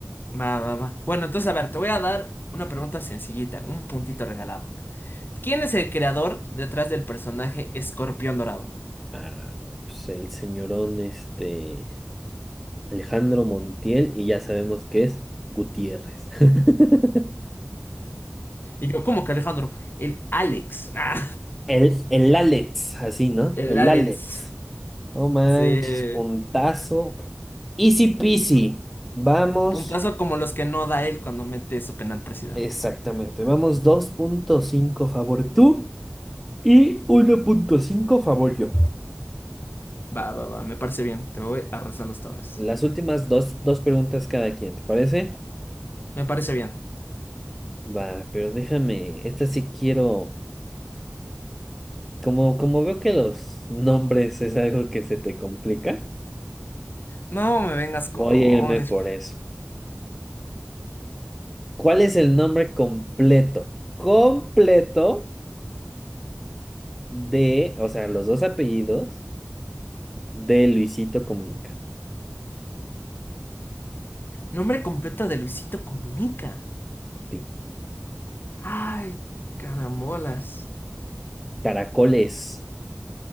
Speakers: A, on the left; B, in the centre.
A: va, va, va. Bueno, entonces, a ver, te voy a dar una pregunta sencillita, un puntito regalado. ¿Quién es el creador detrás del personaje Escorpión Dorado?
B: Ah, pues el señorón, este, Alejandro Montiel, y ya sabemos que es Gutiérrez. <laughs>
A: Y yo, ¿cómo que Alejandro? El Alex. <laughs> Ah,
B: El, el Alex, así, ¿no?
A: el
B: El
A: Alex.
B: Alex. No manches,
A: Sí.
B: puntazo. Easy peasy. Vamos,
A: Puntazo como los que no da él cuando mete su penal presidente.
B: exactamente, vamos 2.5 favor tú y 1.5 favor yo.
A: Va, va, va, me parece bien. Te voy arrasando esta vez.
B: Las últimas dos, dos preguntas cada quien, ¿te parece?
A: Me parece bien.
B: Va, pero déjame, esta sí quiero, como, como veo que los nombres es algo que se te complica,
A: No me vengas con
B: voy
A: honores.
B: a irme por
A: fe-
B: eso. ¿Cuál es el nombre completo? Completo de, o sea, los dos apellidos de Luisito Comunica.
A: Nombre completo de Luisito Comunica.
B: Sí.
A: Ay, carambolas.
B: Caracoles.